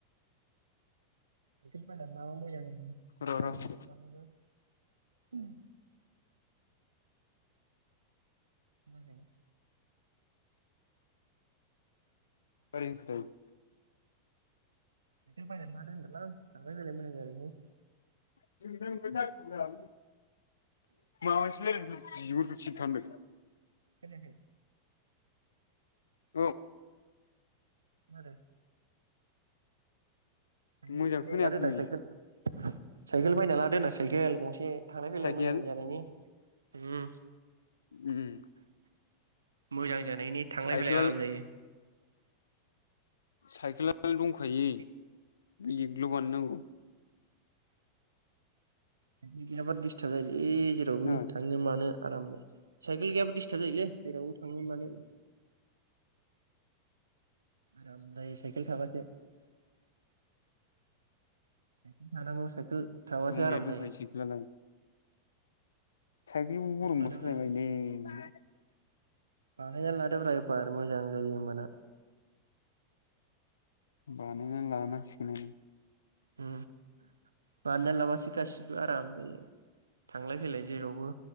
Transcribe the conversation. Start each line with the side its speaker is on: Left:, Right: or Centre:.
Right: <unintelligible>
Left: र' र'
Right: उम खोनायाखै
Left: ओरै होनखोदों
Right: साइकेल बायनानै लादो होनदोंलां थांलाय फैलाय मोजां जानायनि
Left: <unintelligible> मास <unintelligible> बिगुरफोर सिरिथा होन्दों
Right: खोनायाखै
Left: औ
Right: ना दों साइकेल
Left: मोजां
Right: बायना
Left: खोनायाखै
Right: लादो‌ होनदां साइकेल साइकेल बायना लादो होनदां साइखेल गंसे थांलाय फैलाय
Left: साइकेल
Right: मोजां जानायनि उम
Left: उम
Right: मोजां जानायनि थांलाय
Left: साइकेला
Right: फैलाय आराम जायो
Left: साइकेला लानो दंखायो
Right: साइकेल
Left: लिगल' बानायनांगौ
Right: साइकेल गैयाबा दिसथाब जायोल ए जेरावबो
Left: खोनाबाय
Right: थांनो मानो आरामनो साइकेल गैयाबा दिसथाब जायोलै जेरावबो थांनो मानो आरो आं दाइस साइकेल थाबासो साइकेल थानांगौ साइकेल थाबासो
Left: दंनाया
Right: आराम
Left: दंखायो
Right: जायो
Left: साइकेलालाय साइकेलबो गरमाव
Right: लादोब्रा
Left: सालायनोबायोलै
Right: बानायना लादोब्रा एबार मोजां जायो एबारना
Left: बानायनानै लानांसिगोन
Right: उ बानायना लाबासो गासि बो आराम जायो थांलाय फैलाय जेरावबो